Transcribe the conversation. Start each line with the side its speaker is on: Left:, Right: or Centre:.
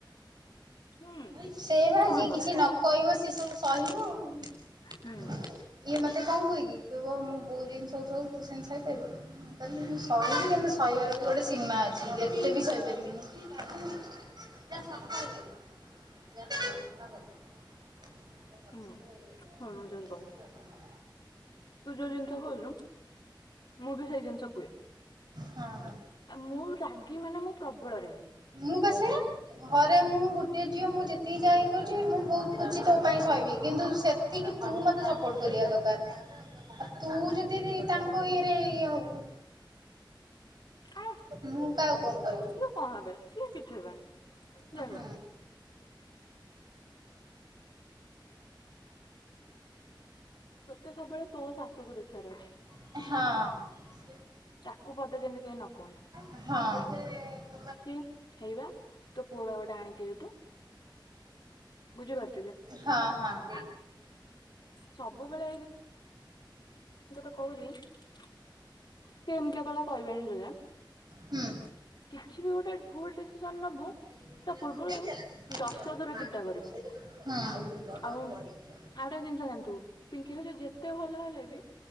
Left: ହୁଁ
Right: ସେଇ
Left: ହୁଁ
Right: ବା
Left: କଣ
Right: ଯିଏ
Left: ହବ
Right: କିଛି ନ କହିବ ସେ ସବୁ ସହିବ ଆଉ।
Left: ହୁଁ।
Right: ଇଏ ମତେ କଣ କୁହେକି କହିବ ମୁଁ ବୋଉ ଯେମିତି ସବୁ ସହୁଚି ତୁ ସେମତି ସାହିପାରିବୁ। କହ ମୁଁ ଶିହିବି କିନ୍ତୁ ସହିବାର ବି ଗୋଟେ ସୀମା ଅଛି ଯେତେ ବି ଶହିପାରିବିନି। ଯ ସବ ପ ଯ କ ପଛରେ
Left: ହୁଁ।
Right: ର
Left: ହଁ ମୁଁ ଯୋଉ
Right: <unintelligible>
Left: କହୁନି ତୁ ଯୋଉ ଜିନିଷ କହୁଛୁ ମୁଁ ବି ସେଇ ଜିନିଷ କୁହେ।
Right: ହଁ।
Left: ମୁଁ ରାଗି ମାନେ ମୁଁ ପ୍ରବଳ ରାଗୀ।
Right: ମୁଁ ବା ସେଇଆ। ଘରେ ମୁ ଗେ ଝିଅ ମୁଁ ଯେତିକି ଯାହା ହେଇ କରୁଛି ମୁଁ ବହୁତ ଖୁଛି ତୋ ପାଇଁ ସହହିବି କିନ୍ତୁ ସେତିକି ତୁ ମତେ ସପୋର୍ଟ କରିବୁ। ଦ ତୁ ଯଦି ତାଙ୍କ ଇଏରେ ଇଏ ହବୁ
Left: ଆ
Right: ମୁଁ କାହାକୁ କଣ କହିବି।
Left: ସିଏ କଣ ହେବେ ସେ କିଛି ହେବେନି। <inaudible>
Right: ହୁଁ
Left: ତୋତେ ସବୁବେଳେ ତୋ ଶାଶୁକୁ ଦେଖିବାର ଅଛି।
Right: ହଁ।
Left: ତାକୁ ପଦେ କେମିତି କେହି ନ କୁହନ୍ତୁ।
Right: ହଁ। <inaudible>
Left: କି? ହେଇବା ତୋ ପୁଅ ବା ଗୋଟେ ଆଣିଚି ଏଇଟୁ। ବୁଝିପାରୁ
Right: ହଁ ହଁ।
Left: ସବୁବେଳେ କହୁଚି ସେ ଏମିତିଆ କଥା କହିବେନି ତତେ।
Right: ହୁଁ।
Left: କିଛି ବି ଗୋଟେ ଭୁଲ ଡିସିସନ ନବୁ
Right: ହୁଁ।
Left: ତା ପୂର୍ବରୁ ଦଶ ଥର ଚିନ୍ତା କରିବୁ ଆଉ ଆଉ ଗୋଟାକ ଜିନିଷ ଜାଣିଥୁବୁ ପିଙ୍କି ସହିତ ଯେତେ ଭଲ ହେଲେ ବି